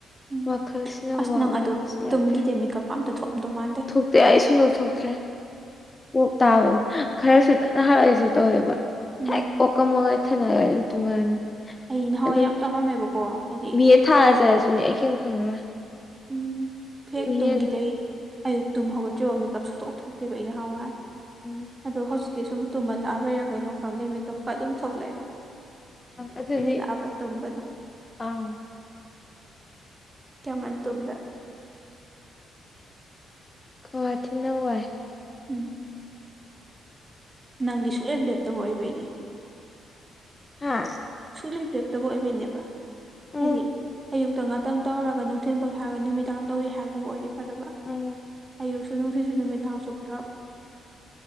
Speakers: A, on the right; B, on the left.
A: ꯎꯝ
B: ꯋꯥꯈꯜꯁꯤꯅ
A: ꯑꯁ
B: ꯋꯥꯎ
A: ꯅꯪ
B: ꯍꯥꯏꯕꯁꯨ
A: ꯑꯗꯣ
B: ꯌꯥꯗ꯭ꯔꯦ
A: ꯇꯨꯝꯒꯤꯗꯦ ꯃꯤꯀꯞꯀ ꯑꯝꯇ ꯊꯣꯛꯑꯝꯗꯧ ꯃꯥꯟꯗꯦ
B: ꯊꯣꯛꯇꯦ ꯑꯩ ꯁꯨꯝꯗꯧ ꯊꯣꯛꯇ꯭ꯔꯦ ꯀꯣꯛ ꯇꯥꯕꯅꯤ ꯈꯔꯁꯨ ꯇꯠꯅ ꯍꯥꯔꯛꯒꯁꯨ ꯇꯧꯋꯦꯕ
A: ꯎꯝ
B: ꯍꯦꯛ ꯀꯣꯛꯀꯝ ꯃꯣꯛꯉꯥꯏ ꯊꯅꯒ ꯑꯗꯨꯝ ꯇꯨꯡꯉꯛꯑꯅꯤ
A: ꯑꯩ ꯅꯍꯥꯟꯋꯥꯏ
B: ꯑꯗꯨꯝ
A: ꯌꯥꯝ ꯇꯧꯔꯝꯃꯦꯕꯀꯣ ꯍꯥꯏꯗꯤ
B: ꯕꯤ ꯑꯦꯗ ꯊꯥꯖꯠꯂꯁꯨꯅꯦ ꯑꯩ ꯀꯩꯝ ꯈꯪꯉꯔꯣꯏ
A: ꯎꯝ ꯐꯦꯛ
B: ꯕꯤ
A: ꯇꯨꯡꯒꯤꯗ
B: ꯑꯦ
A: ꯑꯌꯨꯛꯛꯇꯨꯝ ꯍꯧꯒꯠꯇ꯭ꯔꯤꯣ ꯃꯦꯀꯞ ꯁꯣꯛꯇꯣꯛ ꯊꯣꯛꯇꯦꯕ ꯏ ꯅꯍꯥꯟꯋꯥꯏ
B: ꯎꯝ
A: ꯑꯗꯣ ꯍꯧꯖꯤꯛ ꯇꯦ ꯁꯨꯝ ꯇꯨꯝꯍꯜꯂꯥꯛꯑꯕꯣꯏꯔꯥ ꯀꯩꯅꯣ ꯈꯪꯗꯦ ꯃꯦꯀꯞꯀ ꯑꯗꯨꯝ ꯊꯣꯛꯂꯛꯑꯦ
B: ꯑꯗꯨꯗꯤ
A: ꯍꯂꯥꯛꯑꯕ ꯇꯝꯕꯗꯣ
B: ꯑꯪ
A: ꯀꯃꯟ ꯇꯨꯝꯗ
B: ꯀꯋꯥ ꯅꯧ ꯋꯥꯏ
A: ꯎꯝ ꯅꯪꯗꯤ ꯁꯨꯛꯂꯩꯞ ꯂꯦꯞꯇꯕ ꯑꯣꯏꯕꯩꯅꯦ
B: ꯍꯥꯥ
A: ꯁꯨꯛꯂꯩꯕꯤꯔꯛꯇꯕ ꯑꯣꯏꯕꯩꯅꯦꯕ
B: ꯎꯝ
A: ꯍꯥꯏꯗꯤ ꯑꯌꯨ ꯉꯥꯛꯇꯪ ꯇꯧꯔꯒ ꯅꯨꯡꯊꯤꯟ ꯄꯣꯊꯥꯔꯒ ꯅꯨꯃꯤꯗꯥꯡ ꯇꯧꯏꯤ ꯍꯥꯏꯒꯨꯝꯕ ꯑꯣꯏꯔꯤꯕ ꯐꯕ
B: ꯎꯝ
A: ꯑꯌꯨꯛꯁꯨ ꯅꯨꯡꯊꯠꯁꯨ ꯅꯨꯃꯤꯗꯥꯡꯁꯨ ꯄꯨꯜꯂꯞ